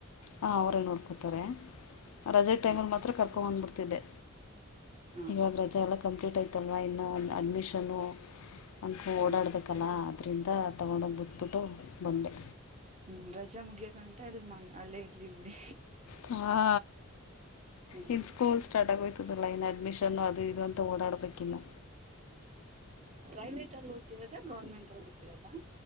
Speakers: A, on the left; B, on the right.
A: ಹಾಂ ಅವರೇ ನೋಡ್ಕೋತಾರೆ ರಜೆ ಟೈಮಿಗ್
B: ಹ್ಮ್
A: ಮಾತ್ರ
B: ಹ್ಮ್
A: ಕರ್ಕೊಂಡು
B: ಸರಿ
A: ಬಂದ್ಬಿಡ್ತಿನಿ
B: ಹಾ
A: ಇವಾಗ ರಜಾ ಅಲ್ಲ ಕಂಪ್ಲೀಟ್ ಆಯತಲ್ವಾ ಇನ್ನುೂ ಒಂದು ಅಡ್ಮಿಷನು ಅಲ್ಗು
B: ಹ್ಮ್
A: ಓಡಾಡ್ಬೇಕಲ್ಲ
B: ಸರಿ
A: ಅದರಿಂದ ಕರ್ಕೊಂಡು ಹೋಗಿ ಬಿಟ್ಬಿಟ್ಟು ಬಂದೆ
B: ಹ್ಮ್ ರಜೆ ಮುಗಿಯ ಗಂಟ ಇಲ್ ಮನೆ ಅಲ್ಲೇ ಇರ್ಲಿ ಬುಡಿ
A: ಹಾ
B: ಹ್ಮ್
A: ಈ ಸ್ಕೂಲ್ ಸ್ಟಾರ್ಟ ಆಗೋಯ್ತಾದಲ ಇನ್ನ ಅಡ್ಮಿಶನ್ ಅದು ಇದು ಅಂತ ಓಡಾಡ್ಬೇಕಿನ್ನ
B: ಪ್ರೈವೇಟ್ ಅಲ್ಲಿ ಓದ್ತಿರದ ಗೌರ್ಮೆಂಟ್ ಅಲ್ಲಿ ಓದತಿರದಾ